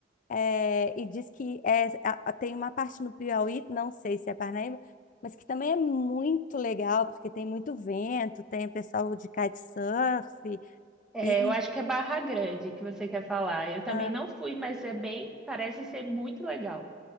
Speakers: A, on the left (about 45°); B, in the centre.
A: é, e diz que é, a- a- tem uma parte no Piauí, não sei se é Parnaíba, mas que também é muito legal, porque tem muito vento, tem o pessoal de kitesurf.
B: É,
A: E,
B: eu acho que é Barra Grande que você quer falar. Eu também
A: ah,
B: não fui, mas é bem, parece ser muito legal.